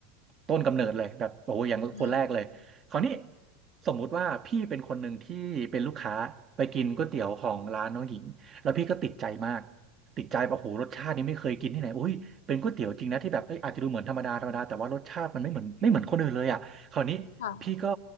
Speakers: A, on the right; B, on the left.
A: ต้นกำเนิดเลยแบบโอ้โหอย่างคนแรกเลยคราวนี้
B: อืม
A: สมมุติว่าพี่เป็นคนหนึ่งที่เป็นลูกค้าไปกินก๋วยเตี๋ยวของร้านน้องหญิงแล้วพี่ก็ติดใจมากติดใจแบบโอ้โหรสชาตินี้ไม่เคยกินที่ไหนอุ้ย เป็นก๋วยเตี๋ยวจริงนะที่แบบเอ้ยอาจจะดูเหมือนธรรมดาธรรมดาแต่ว่ารสชาติมันไม่เหมือนไม่เหมือนคนอื่นเลยอ่ะคราวนี้พี่ก็
B: ค่ะ